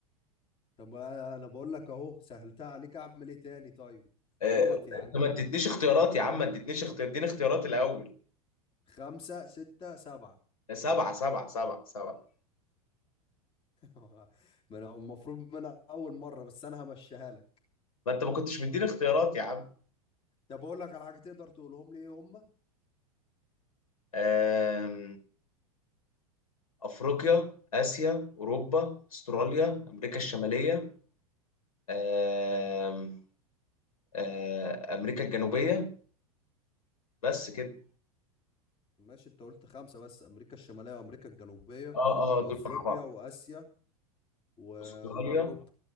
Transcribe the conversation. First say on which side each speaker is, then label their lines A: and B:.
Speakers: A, on the left; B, on the left.
A: طب آه، انا بقول لك اهو سهلتها عليك اعمل ايه تاني طيب
B: آه،
A: غلط يا عم
B: انت ما اديتنيش اختيارات يا عم ما اديتنيش اختيار اديني اختيارات الاول
A: خمسة ستة سبعة
B: سبعة سبعة سبعة سبعة
A: آه، ما انا المفروض من أنا اول مره بس انا همشيها لك
B: ما انت ما كنتش مديني اختيارات يا عم
A: طب اقول لك على حاجه تقدر تقولهم لي ايه هم
B: آم، افريقيا اسيا اوروبا استراليا امريكا الشمالية آم، آه، امريكا الجنوبية بس كده
A: ماشي انت قلت خمسه بس امريكا الشماليه وامريكا الجنوبيه
B: اه
A: وافريقيا
B: اه دول مع بعض
A: واسيا و...
B: استراليا
A: واوروبا